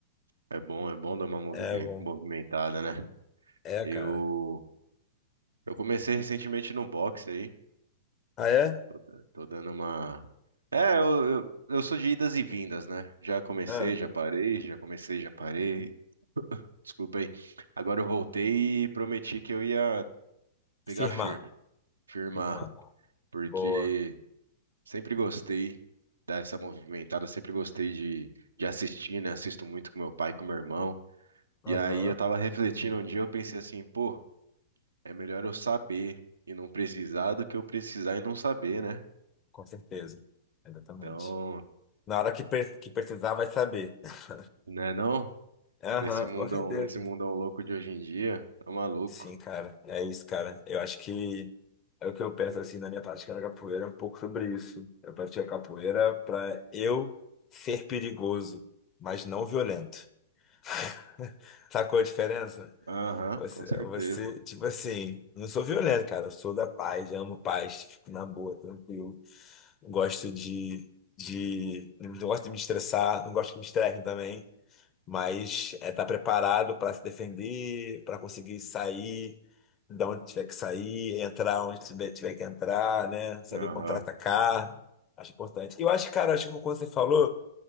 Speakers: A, on the right (about 80°); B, on the left (about 30°).
A: É bom, é bom dar uma movimen-
B: É, bom.
A: movimentada, né?
B: É,
A: Eu,
B: cara.
A: eu comecei recentemente no boxe aí.
B: Ah, é?
A: Tô, da- tô dando uma. É, eu, eu, eu sou de idas e vindas, né? Já comecei,
B: Ah,
A: já parei, já comecei, já parei. Desculpa aí. Agora eu voltei e prometi que eu ia pegar
B: firmar.
A: firme, firmar,
B: Firmar.
A: porque
B: Boa.
A: sempre gostei. Dar essa movimentada, sempre gostei de, de assistir, né? Assisto muito com meu pai, com meu irmão.
B: Aham,
A: E aí eu tava refletindo um dia, eu pensei assim, pô, é melhor eu saber e não precisar do que eu precisar e não saber, né?
B: com certeza. Exatamente.
A: Então,
B: Na hora que, pre- que precisar, vai saber. <laughs>
A: né não?
B: Aham,
A: Nesse mundão,
B: com certeza.
A: nesse mundão louco de hoje em dia, tá maluco.
B: Sim, cara, é isso, cara. Eu acho que é o que eu penso assim na minha prática da capoeira, é um pouco sobre isso. Eu pratiquei a capoeira pra eu ser perigoso, mas não violento. <laughs> Sacou a diferença?
A: Aham,
B: Você,
A: com certeza.
B: você, tipo assim, não sou violento, cara. Eu sou da paz, eu amo paz, fico na boa, tranquilo. Não gosto de, de, não gosto de me estressar, não gosto que me estressem também mas é estar preparado para se defender, para conseguir sair da onde tiver que sair, entrar onde tiver tiver que entrar, né? Saber
A: Aham,
B: contra-atacar. Acho importante. Eu acho, cara, acho que quando você falou,